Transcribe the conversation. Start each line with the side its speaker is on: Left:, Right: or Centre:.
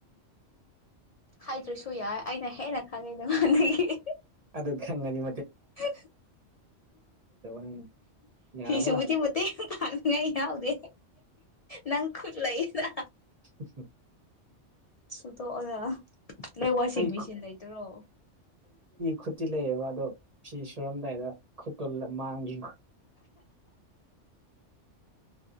Left: ꯍꯥꯏꯗ꯭ꯔꯁꯨ ꯌꯥꯏ ꯑꯩꯅ ꯍꯦꯟꯅ ꯈꯪꯉꯦ ꯅꯉꯥꯟꯗꯒꯤ
Right: ꯑ ꯈꯪꯥꯡꯅꯤꯦ
Left: ꯍ
Right: ꯅꯪꯅ ꯌꯥꯔꯕ
Left: ꯁꯕꯨꯗꯤ ꯃꯠꯇ ꯊ ꯉꯥꯏ ꯌꯥꯎꯗꯦ ꯅꯪ ꯈꯨꯠꯂ ꯏꯅ
Right: ꯎ
Left: ꯁꯨꯗꯣꯛ ꯑꯣꯖ ꯅꯣꯏ ꯋꯥꯁꯤꯡ
Right: ꯑꯩ
Left: ꯃꯦꯁꯤꯟ ꯂꯩꯇ꯭ꯔꯣ
Right: ꯈꯨꯠꯁꯤ ꯂꯩꯑꯦꯕ ꯑꯗꯣ ꯁꯤ ꯁꯨꯔꯝꯗꯥꯏꯗ ꯈꯨꯇꯜ ꯃꯥꯡꯈꯤ <inaudible>